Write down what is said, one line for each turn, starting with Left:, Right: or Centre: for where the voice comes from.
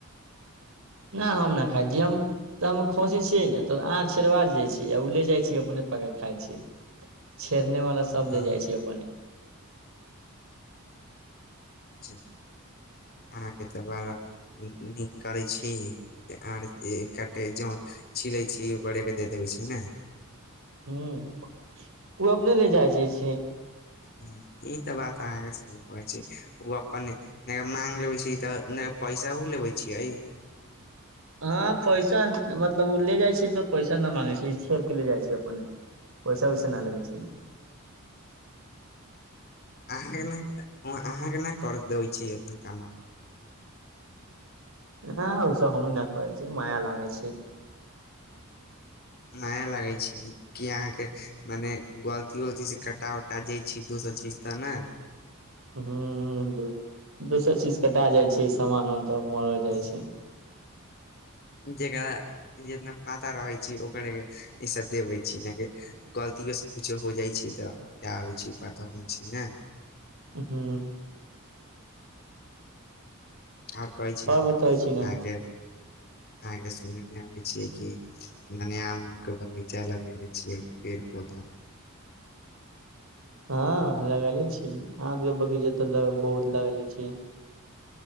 Right: न हम न खाइ छीयै हम तऽ हम खोसी छियै ने तऽ अहाँ छेड़वा जाइ छीयै ओ ले जाइ छी अपने पाक खाइ छी छेड़ने वाला सब
Left: हँ
Right: ले जाइ छै अपने
Left: अहाँके तऽ बड़ा नीक करै छीयै आर एके जन छिलै छी ओकरेके दे देबै छै ने।
Right: हु ओ अपने ले जाय जा छै
Left: ह ई तऽ बात अहाँ सहि कहै छीयै ओ अपन न माग ले छै तऽ पैसा उ लेबे छिये
Right: हँ पैसा मतलब ओ ले जाइ छै तऽ पैसा न मांगे छै छोड़ के ले जाइ छी अपने पैसा वैसा नहि लेगै छै।
Left: अहाँ के अहाँ के नहि कर देबै छीये काम
Right: हँ ओसभ हम नहि कहै छी माया लगे छै
Left: नया लगै छै की अहाँ के मने गलती वलती से कटा कटा जाइ छी दोसर चीज तऽ ने
Right: हु दोसर चीज कटा जाय छै सामान मऽ तऽ जाइ
Left: हु
Right: छै
Left: जेकरा जितना पाता रहै छै ओकरे ई सब देबै छै के गलतीयो से कुछो हो जाइ छै तऽ क होइ छै पतो नहि छै ने
Right: हू
Left: ओर कहै छी
Right: आओर
Left: ने
Right: बतबै
Left: अहाँके
Right: छी ने
Left: अहाँ के सुनने मे आबे छीै कि नने आम उम के बगीचा लगेेले छीयै पेड़ पौधा
Right: हँ लगेले छी आम के बगीचा त बहुत लगेले छी